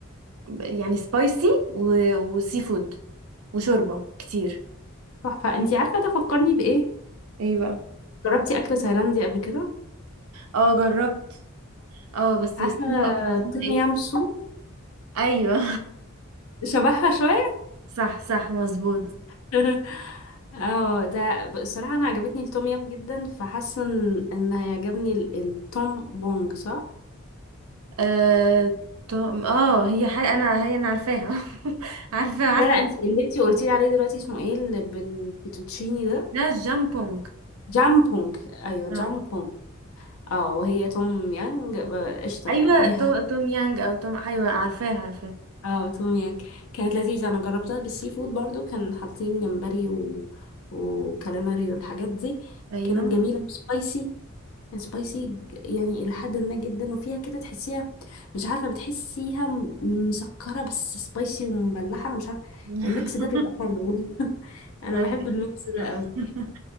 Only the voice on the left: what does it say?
تحفة انتي عارفة ده فكرني بإيه؟
جربتي أكل تايلاندي قبل كده؟
عارفة
توم
يام سوب
شبهها شوية
<laughs> اه ده بصراحة أنا عجبتني التوم يام جدا فحاسة إن إن هيعجبني ال- التوم بونج صح؟
لا لا انتي اللي انتي قلتيلي عليه دلوقتي اسمه ايه اللي بالفيتوتشيني ده؟
جامبونج ايوه
جامبونج اه وهي توم يانج آه، قشطة
يعني
اه توم يانج كانت لذيذة انا جربتها بالسي فود برضو كان حاطين جمبري و... وكاليماري والحاجات دي
كانت جميلة وسبايسي سبايسي ج- يعني إلى حد ما جدا وفيها كده تحسيها مش عارفة بتحسيها م- مسكرة بس سبايسي ومملحة أنا مش عارفة
الميكس ده بيبقى حلو <laughs> أنا
بحب الميكس ده أوي